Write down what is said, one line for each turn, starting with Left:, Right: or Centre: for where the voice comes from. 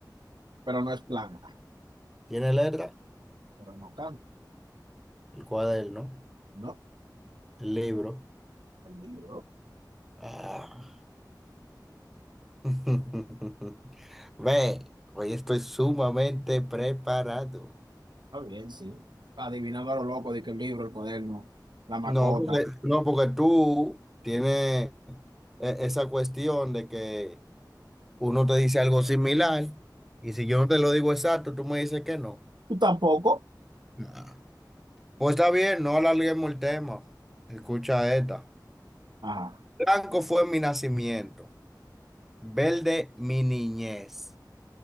Right: pero no es planta,
Centre: tiene letra.
Right: pero no canta.
Centre: El cuaderno,
Right: No,
Centre: el libro.
Right: el libro.
Centre: Ah. <laughs> Ve, hoy estoy sumamente preparado.
Right: Está bien, sí. Adivinando a lo loco de que el libro, el cuaderno, la macota.
Centre: No, porque, no, porque tú tienes e- esa cuestión de que uno te dice algo similar, y si yo no te lo digo exacto, tú me dices que no.
Right: Tú tampoco.
Centre: Nah. Pues está bien, no alarguemos el tema. Escucha esta.
Right: Ajá.
Centre: Blanco fue mi nacimiento, verde mi niñez,